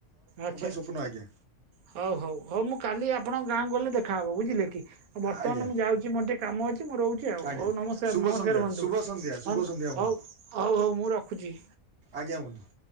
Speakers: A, on the right; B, on the right.
A: ଆଚ୍ଛା ଆଚ୍ଛା
B: ସ୍ୱପ୍ନ ଆଜ୍ଞା
A: ହଉ ହଉ ହଉ ମୁଁ କାଲି ଆପଣଙ୍କ ଗାଁକୁ ଗଲେ ଦେଖାହବ ବୁଝିଲେ କି? ଆଉ ବର୍ତ୍ତମାନ
B: ଆଜ୍ଞା
A: ମୁଁ ଯାଉଛି ମୋର ଟିକେ କାମ ଅଛି। ମୁଁ ରହୁଛି ଆଉ
B: ଆଜ୍ଞା
A: ହଉ ନମସକାର
B: ଶୁଭ
A: ନମସ୍କାର
B: ସନ୍ଧ୍ୟା
A: ବନ୍ଧୁ
B: ଶୁଭ ସନ୍ଧ୍ୟା ଶୁଭ
A: ହ।
B: ସନ୍ଧ୍ୟା ବନ୍ଧୁ
A: ହୋଉ ହୋଉ ହୋଉ ମୁଁ ରଖୁଛି।
B: ଆଜ୍ଞା ବନ୍ଧୁ।